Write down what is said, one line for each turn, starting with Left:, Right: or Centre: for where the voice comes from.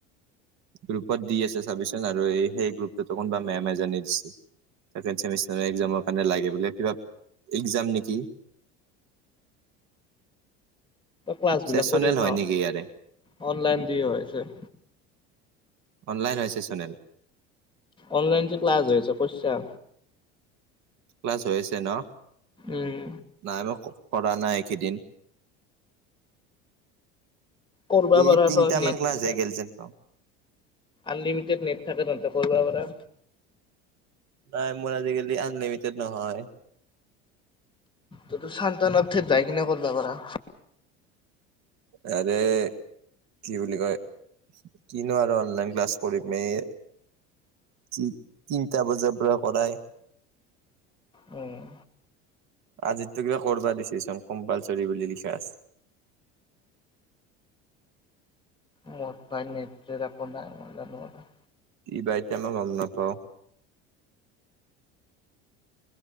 Right: গ্ৰুপত দি আছে চাবি চোন, আৰু সেই গ্ৰুপটোত কোনোবা মেম জনি দিছে ছেকেণ্ড চেমিষ্টাৰ একজামৰ কাৰণে লাগে বোলে কিবা একজাম নেকি <inaudible>
Left: ক্লাছবিলাক
Right: চেচনেল
Left: কৰি আছা
Right: হয়
Left: আৰু
Right: নেকি ইয়াৰে
Left: অনলাইন দি হৈছে
Right: অনলাইন হৈছে চেচনেল।
Left: অনলাইন <unintelligible>
Right: ক্লাছ হৈ আছে ন?
Left: উম
Right: নাই মই কৰা নাই এইকেইদিন।
Left: কৰবা
Right: এই
Left: পাৰা
Right: তিনটা
Left: তই নেট
Right: মান ক্লাছ
Left: থাকে
Right: হৈ গ'ল যেন পাওঁ।
Left: আনলিমিটেড নেট থাকে তহ'তে কৰিব পাৰা।
Right: নাই মোৰ আজিকালি আনলিমিটেড নহয়।
Left: তই তোৰ শান্তনাথে যাই কিনে কৰিব পাৰা।
Right: অৰে কি বুলি কয়, কিনো আৰু অনলাইন ক্লাছ কৰিম এই। যি তিনিটা বজাৰ পৰা কৰায়।
Left: উম'।
Right: আজিতো কিবা কৰবা দিচিচোন। কম্পালচৰী বুলি লিখা আছে।
Left: মোৰ তাই নেত্ৰে যাব নাই, মই জানো আৰু
Right: কি বা ইতা মই গম নাপাও।